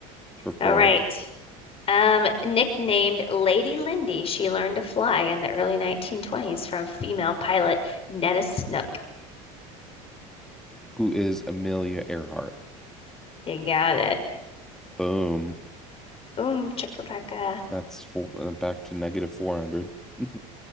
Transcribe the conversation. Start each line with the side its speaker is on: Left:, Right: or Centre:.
Centre: for 400.
Left: All right. Um, nicknamed Lady Lindy, she learned to fly in the early 1920s from female pilot Netta Snook.
Centre: Who is Amelia Earhart?
Left: You got it.
Centre: Boom.
Left: Boom, chakalaka.
Centre: That's four, uh, back to negative 400. <laughs>